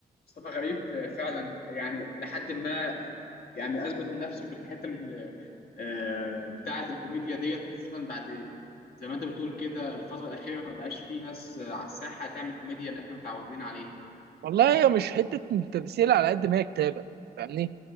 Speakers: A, on the left; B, on the right.
A: مصطفى غريب آه، فعلا يعني لحد ما يعني اثبت نفسه في الحته ال- آه، بتاعه الكوميديا ديت وخصوصا بعد زي ما انت بتقول كده الفتره الاخيره ما بقاش فيه ناس آه، على الساحه تعمل كوميديا اللي احنا متعودين عليها
B: والله هي مش حته تمثيل على قد ما هي كتابه فاهمني